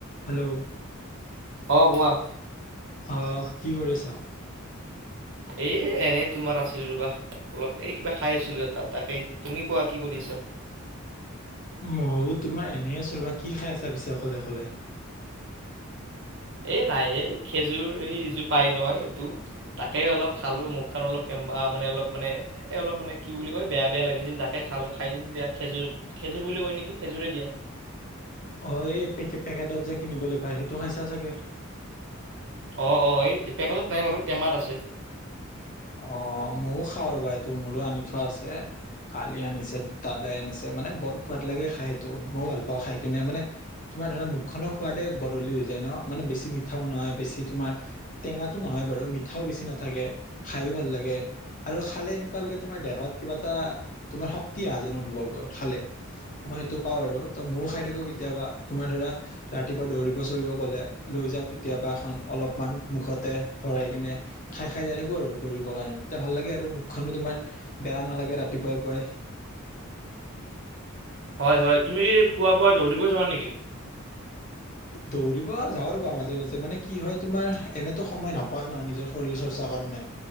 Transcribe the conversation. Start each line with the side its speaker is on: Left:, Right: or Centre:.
Left: Hello.
Right: অ', কোৱা।
Left: অহ কি কৰিছা?
Right: এ এনেই তোমাৰ আছিলো ৰ'বা অলপ এই কিবা খাই আছিলো এটা তাকে। তুমি কোৱা কি কৰিছা?
Left: ময়ো তোমাৰ এনেই আছ ৰ'বা কি খাই আছা পিছে অকলে অকলে।
Right: এই নাই এই খেজুৰ এই এই যে পায় নহয় এইটো। তাকে অলপ খালো মুখখন অলপ কেমা মানে অলপ মানে এ অলপ মানে কি বুলি কয় বেয়া বেয়া লাগিছিল তাকে তাকে খাল খাই দিয়া খেজুৰ খেজুৰ বুলি কয় নেকি খেজোৰে দিয়া।
Left: অ', এইে পেকেটত যে কিনিবলৈ পায় সেইটো খাইছা চাগে?
Right: অ', অ', এই পেকেজত নাই বাৰু টেমাত আছে।
Left: অ', মইয়ো খাওঁ ৰ'বা এইটো মোৰো আনি থোৱা আছে। কালি আনিছে দাদাই আনিছে মানে বৰ সোৱাদ লাগে খাই সেইটো মই ভাল পাওঁ খাই কিনে মানে তোমাৰ ধৰা মুখনৰ সোৱাদে বদলি হৈ যায় ন মানে বেছি মিঠাও নহয় বেছি তোমাৰ টেঙা নহয় বাৰু মিঠাও বেছি নাথাকে খায়ো ভাল লাগে। আৰু খালে এনেকুৱা লৈকে তোমাৰ দেহত কিবা এটা তোমাৰ শক্তি অহা যেন অনুভৱ হয় খালে। মই সেইটো পাওঁ আৰু ত ময়ো খাই থাকো কেতিয়াবা তোমাৰ ধৰা ৰাতিপুৱা দৌৰিব চৌৰিব গ'লে লৈ যাওঁ কেতিয়াবা এখন অলপমান মুখতে ভৰাই কিনে। খাই খাই যাই থাকো আৰু দৌৰিবৰ কাৰণে এতিয়া ভাল লাগে আৰু মুখখনো তোমাৰ বেয়া নালাগে ৰাতিপুৱাই পুৱাই।
Right: হয়, হয় তুমি কি পুৱা পুৱা দৌৰিব যোৱা নেকি?
Left: দৌৰিব যাওঁ ৰবা মাজে মাজে মানে কি হয় তোমাৰ এনেতো সময় নাপায় ন নিজৰ শৰীৰ চৰ্চা কাৰণে।